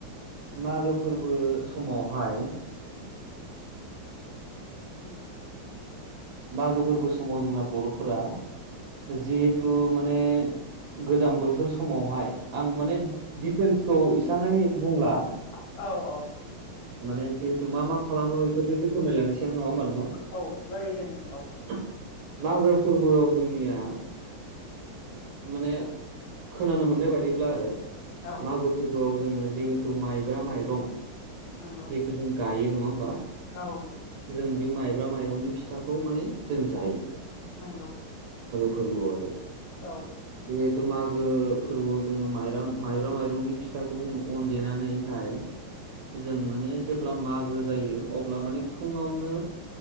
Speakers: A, on the right; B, on the left.
A: मागो फोरबो समावहाय
B: नंगौ।
A: मागो फोरबो समाव जोंना बर'फोरा जिहेथु माने गोजां बोथोर समावहाय आं माने दिडटेल्सखौ इसांङै बुंला
B: औ औ
A: माने जिहेथु मा मा खालामो इफोरखो इसे फोरमायलांनोसै आं नङा होमबा नोंथां
B: नङा होमबा औ जायो दे औ
A: मागो फोरबोआव जोंनिया माने खोनानो मोन मोननाय बादिब्ला आरो
B: औ
A: मागो फोरबोआव जोङो जिहेथु माइब्रा माइरं
B: नंगौ
A: जिहुथु जों गायो नङा होमबा
B: औ।
A: जों बे माइब्रा माइरंनि फिथाखौ माने जों जायो।
B: नंगौ।
A: फोरबो आव आरो
B: औ।
A: जिहेथु मागो फोरबोआव जोङो माइरा माइब्रा माइरंनि फिथाखौ जोङो अन देनानैहाय।
B: <inaudible>
A: जों माने जेब्ला मागो जायो अब्ला माने फुङावनो